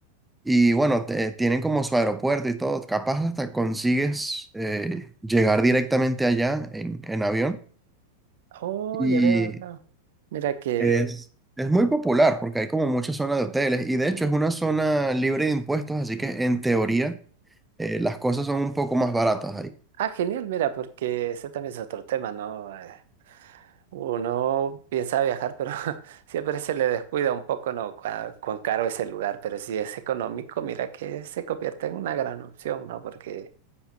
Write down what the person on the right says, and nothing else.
Oh,
ya veo, no. Mira que...
Ah, genial, mira, porque ese también es otro tema, ¿no? Eh, Uno piensa viajar, pero <laughs> siempre se le descuida un poco, ¿no? Cua- Cuán caro es el lugar, pero si es económico, mira que se convierte en una gran opción, ¿no? Porque